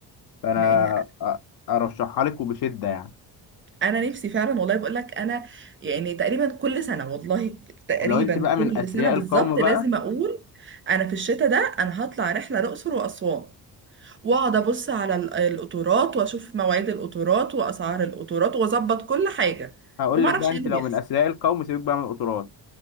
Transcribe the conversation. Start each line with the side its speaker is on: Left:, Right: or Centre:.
Left: فأنا
Right: اه
Left: أ- أرشحها لك وبشدة يعني
Right: انا نفسي فعلا والله بقول لك انا يعني تقريبا كل سنه والله تقريبا
Left: ولو أنت بقى من
Right: كل
Left: أثرياء
Right: سنه بالظبط
Left: القوم بقى
Right: لازم اقول انا في الشتاء ده انا هطلع رحله الاقصر واسوان واقعد ابص على ال- القطورات واشوف مواعيد القطورات واسعار القطورات واظبط كل حاجه
Left: هقول
Right: وما
Left: لك
Right: اعرفش
Left: بقى أنت
Right: ايه اللي
Left: لو
Right: بيحصل
Left: من أثرياء القوم سيبك بقى من القطارات